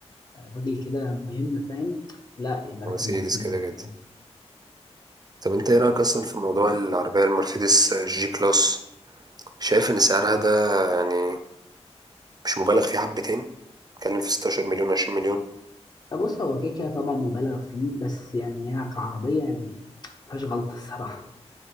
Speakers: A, on the left; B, on the right.
A: راجل كده مهم فاهم لا يبقى
B: مرسيدس
A: راكب مرسيدس
B: كده كده طب انت ايه رأيك اصلا في موضوع العربية المرسيدس جي كلاس شايف ان سعرها ده يعني مش مبالغ فيه حبتين بتكلم في 16 مليون 20 مليون
A: بص هو كده كده طبعا مبالغ فيه بس يعني هي كعربية يعني مفيهاش غلطة الصراحة